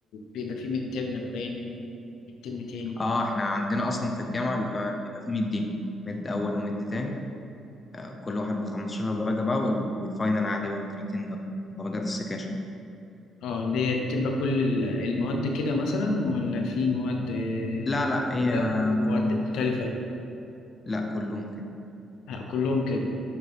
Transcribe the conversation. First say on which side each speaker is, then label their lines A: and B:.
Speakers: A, on the left; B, on the left.
A: بيبقى فيه ميد ترم اولاني وميد ترم تاني
B: اه احنا عندنا أصلا في الجامعة بيبقى بيبقى في مدين مد أول ومد تاني آه كل واحد ب 15 درجة بقى وال- والفاينل عادي بقى ب 30 درجة درجات السكاشن
A: اه دي بتبقى كل ال- المواد كده مثلا ولا في مواد آه،
B: لا لا هي
A: كده ومواد
B: كل المد
A: مختلفة
B: لا كلهم كده
A: آه، كلهم كده